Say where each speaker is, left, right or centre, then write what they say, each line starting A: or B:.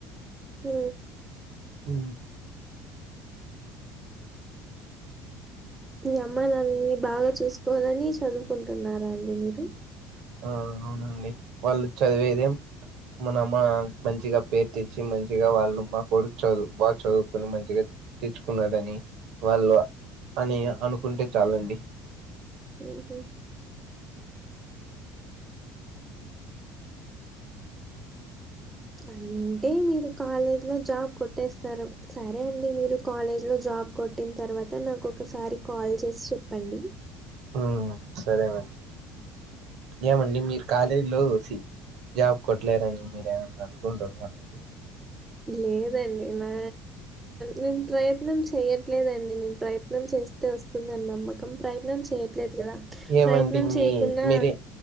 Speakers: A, on the right; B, on the right.
A: ఊ
B: ఊ
A: మీ అమ్మా నాన్నల్ని బాగా చూసుకోవాలని చదువుకుంటున్నారా అండి మీరు
B: ఆ అవునండి వాళ్ళు చదివేదే మనమ్మ మంచిగా పేరు తెచ్చి మంచిగా వాళ్ళు మా కొడుకు చదువు బాగా చదువు పని మంచిగా, తెచ్చుకున్నాడని వాళ్ళు అని అనుకుంటే చాలండి.
A: ఓహో అంటే మీరు కాలేజ్ లో జాబ్ కొట్టేస్తారు సరే అండి మీరు కాలేజ్ లో జాబ్ బ్ కొట్టిన తర్వాత నాకు ఒకసారి కాల్ చేసి చెప్పండి.
B: ఉమ్ సరేనండి ఏమండి మీరు కాలేజీలో జాబ్ కొట్టలేరు అనీ మీరేమన్నా అనుకుంటున్నారండి
A: లేదండి నా నేను ప్రయత్నం చేయట్లేదండి నేను ప్రయత్నం చే స్తే వస్తుంది అనీ నమ్మకం ప్రయత్నం చేయట్లేదు కదా
B: ఏమండి
A: ప్రయత్నం చేయకున్నా
B: మీ మీరే